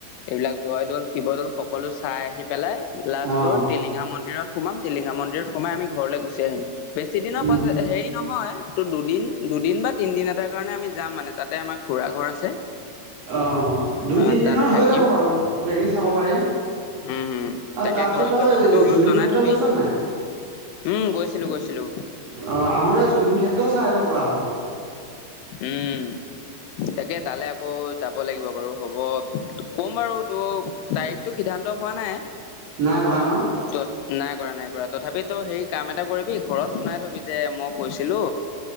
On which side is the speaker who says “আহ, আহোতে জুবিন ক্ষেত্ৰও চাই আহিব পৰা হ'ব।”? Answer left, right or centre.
Right